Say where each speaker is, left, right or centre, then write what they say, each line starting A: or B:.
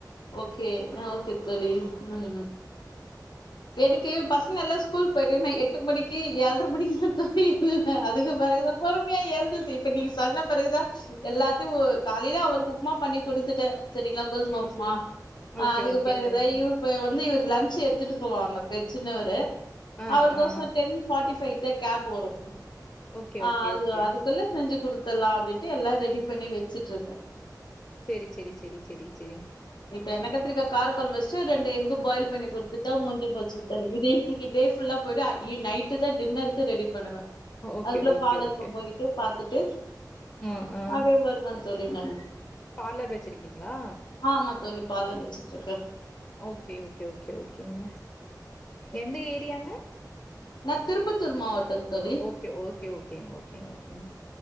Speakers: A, on the left; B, on the left.
A: ஓகே அஹ் ஓகே தோழி ம் ம் எதுக்கு பசங்க எல்லா ஸ்கூல் போயிட்டே நா எட்டு மணிக்கு ஏழரை மணிக்குலா தூங்கிர் இல்லூகா அதுக்கு பெறகுதா பொறுமையா எழுதுட்தூ இப்ப நீங்க சொன்ன பெறகுதா எல்லாத்தையூ காலையிலே அவருக்கு உப்புமா பண்ணி கொடுத்துட்டே செரிங்களா கோதும்மாவ்
B: சரி, சரி.
A: மா அ
B: ஓகே,
A: அதுக்கு
B: ஓகே.
A: பிறகுதா
B: சரி, சரி.
A: இவ் இப்ப வந்து இவர் லஞ்ச் எட்த்துட்டு போவாரா பெ சின்னவரூ
B: ஆ,
A: அவருக்குகோசர
B: ஆ.
A: டென் ஃபாட்டி ஃபைவ்க்கு தா கேப் வரூம்
B: ஓகே,
A: ஆ
B: ஓகே,
A: அது
B: ஓகே.
A: அதுக்குள்ள செஞ்சு குடுத்தலா அப்படின்ட்டு எல்லா ரெடி பண்ணி வச்சுட்டு இருந்தே
B: சரி, சரி, சரி, சரி, சரி.
A: இப்ப எண்ணோ கத்திரிக்கா காரக்கொழம்பு வச்சிட்டு ரெண்டு எக்கு பாயில் பண்ணி குடுத்துட்டா முடிஞ்சி போச்சி இதுவே நீங்க டேஸ் புல்லா போய்டூ அகெய்ன் நைட்டு தா டின்னருக்கு ரெடி பண்ணுவே
B: ஓகே,
A: அதுக்குள்ள
B: ஓகே,
A: பார்லருக்கு
B: ஓகே.
A: போயிட்டு அப்படியே பாத்துட்டு
B: அ, ஆ.
A: அப்படியெ வருவாங் தோழி ன்னான்
B: பார்லர் வச்சிருக்கீங்களா
A: ஆமா தோழி பார்லர் வச்சுட்ருக்கே
B: ஓகே ஓகே ஓகே ஓகேங்க எந்த ஏரியாங்க
A: நா திருப்பத்தூர் மாவட்டோ தோழி
B: ஓகே ஓகே ஓகே ஓகேங்க ஓகேங்க